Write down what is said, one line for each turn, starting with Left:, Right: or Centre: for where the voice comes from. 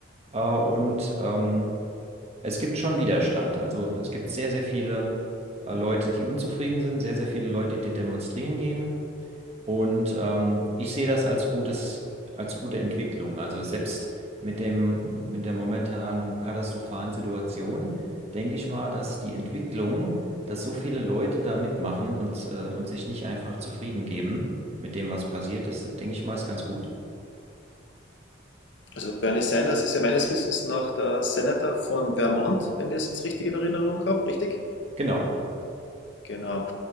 Right: Äh, und ähm, es gibt schon Widerstand. Also es gibt sehr, sehr viele äh, Leute, die unzufrieden sind, sehr, sehr viele Leute, die demonstrieren gehen. Und ähm, ich sehe das als gutes, als gute Entwicklung. Also selbst mit dem, mit der momentanen katastrophalen Situation denke ich mal, dass die Entwicklung, dass so viele Leute da mitmachen und, äh, und sich nicht einfach zufrieden geben mit dem, was passiert, das äh, denke ich mal, ist ganz gut.
Left: Also Bernie Sanders ist ja meines Wissens nach der Senator von Vermont, wenn ich das jetzt richtig in Erinnerung habe, richtig?
Right: Genau.
Left: Genau.